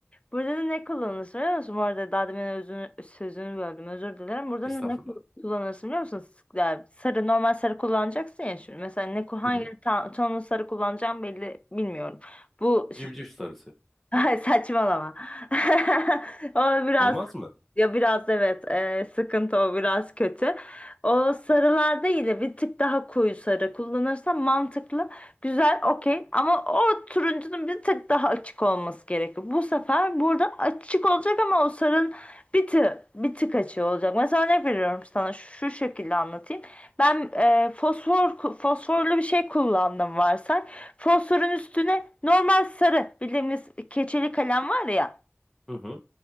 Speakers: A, on the left; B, in the centre.
A: Burada da ne kullanırsın biliyor musun? Bu arada daha demin özünü, sözünü böldüm özür dilerim. Burada
B: Estağfurullah.
A: da ne kul- kullanırsın biliyor musun? S- yani sarı normal sarı kullanacaksın ya şimdi. Mesela ne, ku- hangi
B: Hı hı.
A: ta- tonun sarı kullanacağım belli bilmiyorum. Bu
B: Civciv sarısı.
A: Ay, saçmalama. <laughs> O biraz
B: Olmaz mı?
A: ya biraz evet e, sıkıntı o biraz kötü. O sarılar değil de bir tık daha koyu sarı kullanırsan mantıklı, güzel, okey. Ama o turuncunun bir tık daha açık olması gerekiyor. Bu sefer burada açık olacak ama o sarının bir tık bir tık açığı olacak. Mesela örnek veriyorum sana şu şekilde anlatayım. Ben e, fosfor fosforlu bir şey kullandım varsa. Fosforun üstüne normal sarı bildiğimiz keçeli kalem var ya.
B: Hı hı.